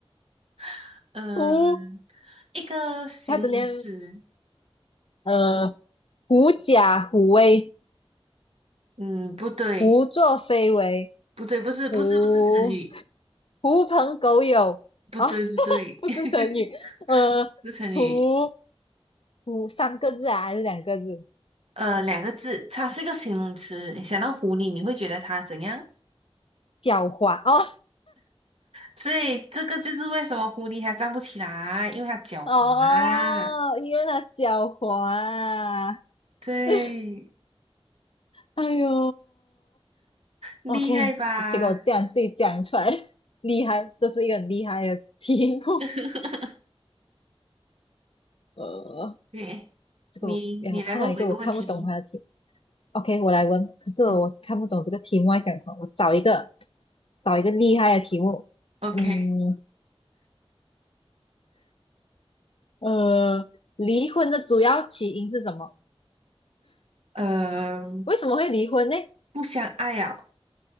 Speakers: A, on the right; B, on the left.
A: <laughs> 嗯、
B: 狐，
A: 一个形容词，
B: 它整天，呃，狐假虎威，
A: 嗯，不对，
B: 胡作非为。
A: 不对，不是，
B: 狐
A: 不是，不是成语，
B: 狐朋狗友啊，
A: 不对，不对，
B: <laughs> 不知成语，
A: <laughs>
B: 呃，
A: 不是成语，
B: 狐狐三个字啊还是两个字？
A: 呃，两个字，它是一个形容词。你想到狐狸，你会觉得它怎样？
B: 狡猾哦
A: 所以这个就是为什么狐狸它站不起来，因为它狡猾。
B: 哦，因为那狡猾啊，
A: 对，
B: <laughs> 哎呦
A: 厉害吧？
B: ，OK，结果这样自己讲出来，<laughs> 厉害，这是一个很厉害的题目，
A: <laughs>
B: 呃，
A: 对，
B: 这个哎，
A: 你你来问我一个问题。
B: 我看到一个我看不懂它的题 OK，我来问。可是我看不懂这个题目要讲什么，
A: 嗯
B: 我找一个找一个厉害的题目。
A: ，OK，
B: 嗯呃，离婚的主要起因是什么？
A: 呃，
B: 为什么会离婚呢？
A: 不相爱啊，